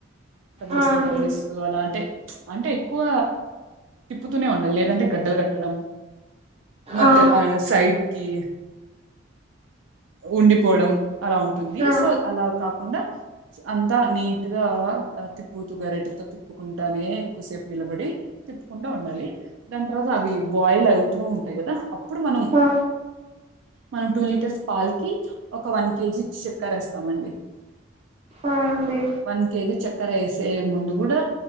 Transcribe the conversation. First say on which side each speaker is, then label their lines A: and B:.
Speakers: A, on the right; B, on the right.
A: కదిలిస్తూ
B: ఆ అండి
A: కదిలిస్తూ అలా అంటే అంటే ఎక్కువ తిప్పుతూనే ఉండాలి లేదంటే గడ్డలు కట్టడం మధ్యల
B: ఆ
A: సైడ్కి ఉండిపోవడం అలా ఉంటుంది
B: ఆ
A: సో అలా కాకుండా అంతా నీట్ గా ఆ తిప్పుతూ గరెటితో తిప్పు తిప్పుకుంటానే ఎక్కువసేపు నిలబడి తిప్పుకుంటా ఉండాలి. దాని తర్వాత అవి బాయిల్ అవుతూ ఉంటాయి కదా అప్పుడు మనం
B: ఆ
A: మనం టూ లీటర్స్ పాల్కి ఒక వన్ కేజీ చక్కర వేస్తామండి.
B: ఆ అండి
A: వన్ కేజీ చక్కెర వేసే ముందు కూడా